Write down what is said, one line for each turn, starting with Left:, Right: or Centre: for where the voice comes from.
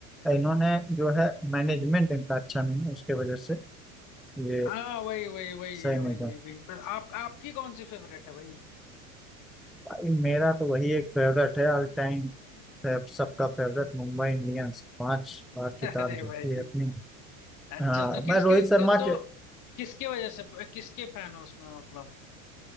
Centre: इन्होंने जो है मैनेजमेंट इनका अच्छा नहीं है उसके वजह से ये
Left: हाँ वही वही वही है
Centre: सही
Left: वही
Centre: नहीं कर
Left: है भाई पर आप आपकी कौन सी फेवरेट है भाई
Centre: पाई मेरा तो वही एक फेवरेट है ऑल टाइम फेव- सबका फेवरेट मुंबई इंडियंस पांच बार खिताब
Left: <laughs> अरे
Centre: जीती
Left: भाई
Centre: है अपनी
Left: अच्छा
Centre: हाँ
Left: तो किसके
Centre: मैं रोहित शर्मा
Left: के- तो
Centre: के
Left: किसके वजह से किसके फैन हो उसमें मतलब